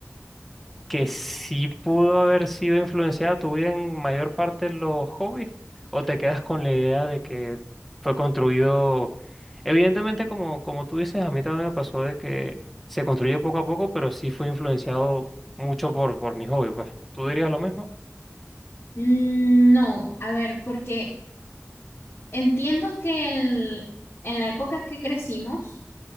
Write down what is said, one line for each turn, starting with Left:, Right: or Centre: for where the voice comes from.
Centre: que sí pudo haber sido influenciada tu vida en mayor parte los hobbies? ¿O te quedas con la idea de que fue construido? Evidentemente, como, como tú dices, a mí también me pasó de que se construye poco a poco, pero sí fue influenciado mucho por, por mi hobby, pues. ¿Tú dirías lo mismo?
Left: Mm, No, a ver, porque entiendo que el- en la época que crecimos,